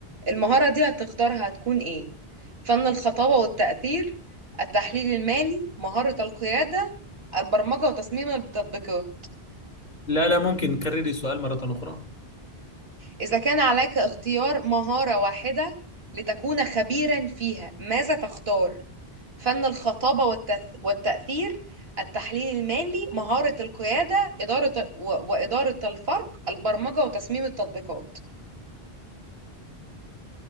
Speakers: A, on the right; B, on the left.
A: المهارة دي هتختارها هتكون إيه؟ فن الخطابة والتأثير التحليل المالي مهارة القيادة البرمجة وتصميم التطبيقات
B: لا لا ممكن كرري السؤال مرة أخرى
A: إذا كان عليك اختيار مهارة واحدة لتكون خبيرا فيها ماذا تختار؟ فن الخطابة والتث... والتأثير التحليل المالي مهارة القيادة إدارة و... وإدارة الفرق البرمجة وتصميم التطبيقات